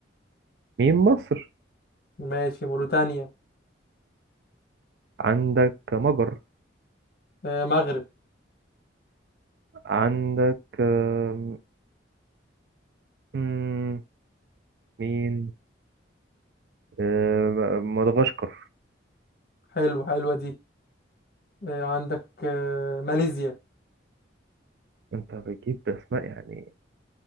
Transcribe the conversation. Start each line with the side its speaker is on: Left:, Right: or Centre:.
Right: مين مصر
Left: ماشي موريتانيا
Right: عندك مجر
Left: آه... مغرب
Right: عندك آم، مم، مين آم، مدغشقر
Left: حلو حلوه دي آه... عندك آه... ماليزيا
Right: أنت بتجيب أسماء يعني